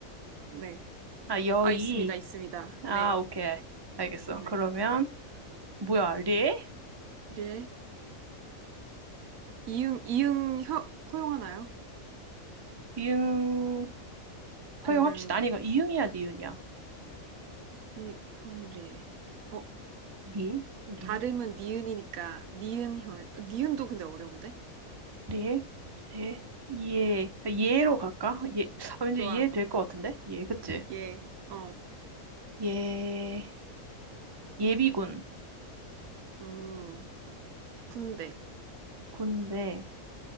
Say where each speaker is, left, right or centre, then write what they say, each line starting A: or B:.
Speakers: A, on the right (about 80°); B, on the right (about 20°).
A: 네.
B: 아 여의
A: 아, 있습니다, 있습니다.
B: 아
A: 네.
B: 오케이 알겠어
A: 네.
B: 그러면 뭐야 리리
A: 예. 이응, 이응 허, 허용하나요?
B: 이응
A: 아니면,
B: 허용합시다. 아니, 이거 이응이야, 니은이야.
A: 이, 범레. 어,
B: 니, 우리,
A: 발음은 니은이니까, 니은 혀, 니은도 근데 어려운데?
B: 레, 레, 예, 예로 갈까? 예, 아, 왠지
A: 좋아.
B: 예될 것 같은데? 예, 그치?
A: 예. 어,
B: 예, 예비군,
A: 음, 군대,
B: 군대,